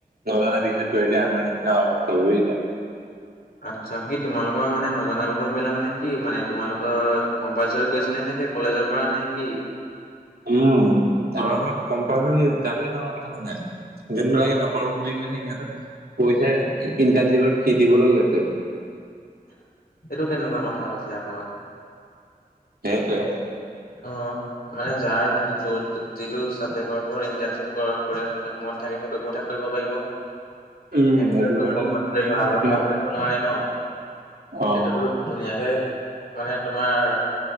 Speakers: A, on the right; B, on the left.
A: নজনা বিষয়ত কৰিলে আমাৰ নিচিনা অৱস্থা বুজিলা?
B: আচ্ছা, কি তোমালোকৰ মানে নজনা বিষয় কৰিলা মানে কি মানে তোমালোকৰ কম্পালচৰি কৰিছিলে নে কলেজৰপৰা নে কি?
A: উম, আমাৰ মানে কম্পালচৰি কৰি দিছে, ডাঙৰ কথাটো নাই, যোনবিলাকে ন বুলি কৈছে, সিহঁতক পইচাৰ ইনট্ণশিপৰ ফি দিবলৈ কৈছে।
B: এইটো কেনেকুৱা কথা হৈছে আকৌ।
A: সেইটোৱে।
B: অ' মানে যাৰ য'ত যিটো চাবজেক্টৰ ওপৰত ইণ্টাৰ্ণশ্বিপ কৰি মন থাকে সেইটো ওৰতহে কৰিব পাৰিব।
A: উম
B: সেইটোতো
A: সেইটো ওপৰতে
B: কম্পালচৰি
A: কৰিব পাৰি
B: ধৰা
A: কিন্তু
B: বন্ধা নোৱাৰে ন'?
A: অ
B: এইটোতো ধুনীয়াকে মানে তোমাৰ